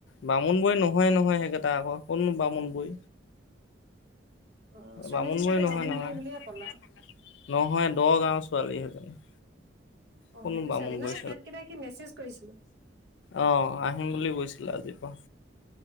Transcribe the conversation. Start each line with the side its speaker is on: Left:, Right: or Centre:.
Left: বামুণ বৈ নহয়ে, নহয় সেইকেইটা আকৌ কোনো বামুণ বৈ
Right: অ ছোৱালীজনীতো
Left: বামুণবুৰে
Right: বামুণবুঢ়ী
Left: নহয়, নহয়,
Right: বুলিয়ে ক'লা
Left: নহয় দহ গাওৰ ছোৱালীহেজননী
Right: অ
Left: কোনো
Right: সেইটো
Left: বামন
Right: চাইডে
Left: বৈ
Right: নাই সিহঁতকেইটা কি মেছেজ কৰিছিলো
Left: আহ, আহিম বুলি কৈছিলে আজি পৰা।